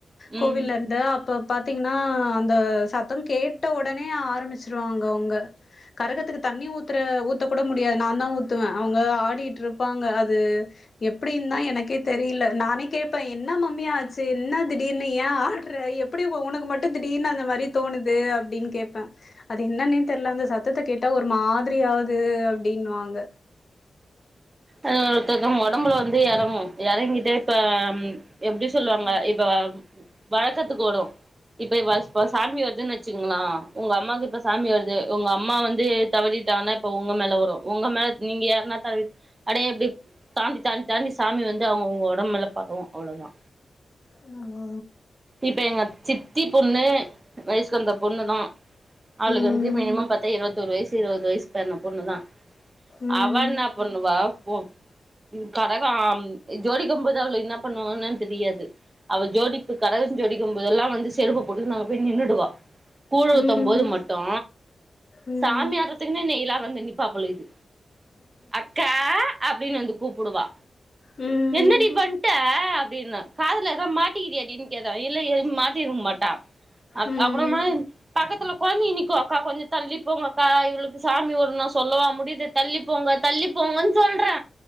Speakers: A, on the right (about 35°); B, on the left (about 55°).
A: ம்
B: கோவில்ருந்து அப்ப பாத்தீங்கன்னா அந்த சத்தம் கே ட்ட ஒடனே ஆரம்பிச்சிருவாங்க அவுங்க கரகத்துக்கு தண்ணி ஊத்துற ஊத்த கூட முடியாது நாந்தா ஊத்துவே அவங்க ஆடிட்டு இருப்பாங்க அது எப்டிந்தா எனக்கே தெரியல நானே கேப்பே என்ன மம்மி ஆச்சு என்ன திடீர்னு ஏன் ஆடுற எப் ப்படி ஒ உனக்கு மட்டும் திடீர்னு அந்த மாதிரி தோணுது அப்டின்னு கேப்பே அது என்னனு தெரியில அந்த சத் சத்தத்த கேட்டா ஒரு மாதிரியாவுது அப்படின்வாங்க
A: அத் ஒருத்தவுங்க ஒடம்புல வந்து எறங்கு எறங்கிட்டே இப்ப ம் எப்டி சொல்லுவாங்க இப்ப வழக்கத்துக்கு வரு இப்ப வஸ் வஸ் சாமி வருதுன்னு வச்சுக்கோங்குளா உங்க அம்மாவுக்கு இப்ப சாமி வருது உங்க அம்மா வந்து தவறிட்டாங்கன்னா இப்ப உங்க மேல வரு உங்க மேல நீங்க யாருனா தவி அடே எப்டி தாண்டி தாண்டி தாண்டி சாமி வந்து அவங்க உங்க ஒடம்புல பரவும் அவ்வளோதா
B: ம்
A: இப்ப எங்க சித்தி பொண்ணு வயசுகந்த பொண்ணுதா அவளுக்கு
B: ம்
A: வந்து மினிமம் பாத்தா இருபத்தோரு வயசு இருபது வயசு பொண்ணு தான்
B: ம்
A: அவ என்ன பொண்ணுவா போ கரகோ ஜோடிக்கும் போது அவளுக்கு என்னா பண்ணுவாங்கனா தெரியாது அவ ஜோடிப்பு கரகம் ஜோடிக்கும் போதெல்லா வந்து செருப்ப போட்டு நாங்க போய் நின்னுடுவோ கூழு
B: ம்
A: ஊத்தும்
B: ம்
A: போது மட்டு
B: ம் ம்
A: சாமி ஆடுறதுக்குன்னே நெய்லா வந்து நிப்பா போல்ருக் அக்கா அப்டின்னு வந்து கூப்புடுவா
B: ம் ம்
A: என்னடி வன்ட்ட அப்டின் காதுல ஏதோ மாட்டிக்கிறியாடி டின்னு கேட்டா இல்லையே எதும் மாட்டிருக்க மாட்டா அ
B: ம்
A: அப்புறமா பக்கத்துல கொழந்தைகள் நிக்கும் அக்கா கொஞ்சோ தள்ளிப்போங்க கா இவளுக்கு சாமி வருன்னா சொல்லவா முடியுது தள்ளிப்போங்க தள்ளிப்போங்க சொல்றே